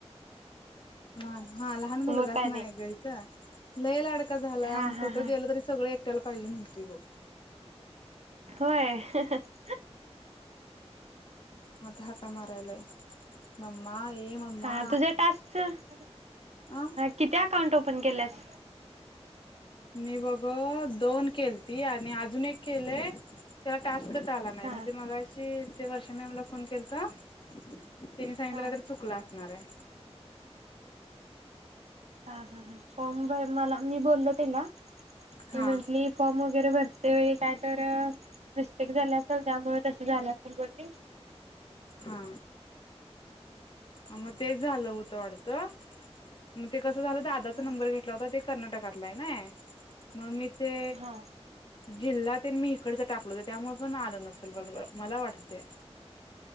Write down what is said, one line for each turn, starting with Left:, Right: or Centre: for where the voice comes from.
Left: लहान हा लहान मुलगाच
Right: मग काय
Left: नाही हाय ग इथ लय लाडका झालाय,
Right: हा
Left: अ
Right: हा
Left: कुठं
Right: हा
Left: गेल तरी सगळ त्याला पाहिजे म्हणतोय बघ
Right: होय? <inaudible>
Left: म आता हका मारायलाय. मम्मा ये मम्मा
Right: हा तुझ्या टास्कच
Left: अ
Right: किती अकाउंट ओपन केल्यास?
Left: मी बघ दोन केलती आणि अजून एक केलंय त्याला टास्कच आला नाही.
Right: हा
Left: मग ते मगाशी ते वर्षा न मला फोन केलता <inaudible> तिन सांगितल
Right: हा
Left: काय तर चुकलं असणार हाय.
Right: हा हा हा फॉम भर मला मी बोललो तीला ती
Left: हा
Right: म्हंटली फॉर्म वगैरे भरते वेळी काय तर मिस्टेक झाली असल त्यामुळे तस झाल असल. <inaudible>
Left: हा. हा मग तेच झालं होत वाढत मग ते कसं झालं दादाचा
Right: हा
Left: नंबर घेतला होता. ते कर्नाटकातला आहे ना मग मी ते
Right: हा
Left: जिल्हा ते मी इकडच टाकलं हो त्यामुळे पण आलं नसल. मला वाटते.